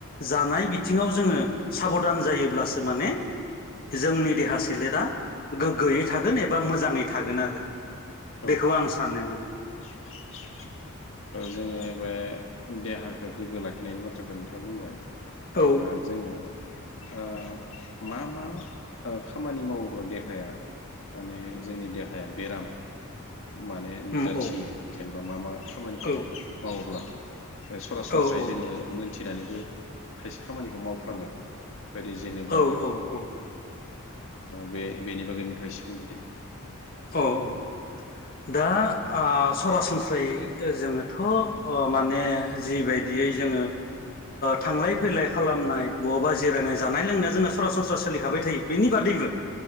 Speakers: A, on the left; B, on the left.
A: जानाय बिथिङाव जोङो साबधान जायोब्लासो माने जोंनि देहा सोलेरा गोग्गोयै थ थागोन एबा मोजाङै थागोन आरो
B: औ
A: बेखौ आं सानो
B: <inaudible> जोङो बे देहाखौ गोग्गो लाखिनायनि बाथ्राखौ नोंथाङा बुंबाय।
A: औ
B: ओ जोङो ओ मा मा खामानि मावोब्ला देहाया माने जोंनि देहाया बेराम माने नुजाथियो
A: उम औ
B: जेनेबा मा मा खामानिखौ
A: औ
B: मावोब्ला। सरासनस्रायै
A: औ
B: जोङो मोनथिनानैबो खायसे खामानिखौ मावफ्लाङो। बे बदि जेनेबा
A: औ औ औ
B: बे बेनि बागै नोंथाङा एसे बुंदो दे।
A: औ औ दा सरासनस्रायै जोङोथ' माने जिबायदि जो थांलाय फैलाय खालामनाय बबबा जिरायनाय जानाय लोंनाय जोंना सरासनस्रासो सोलिखाबाय थायो बेनि बादैबो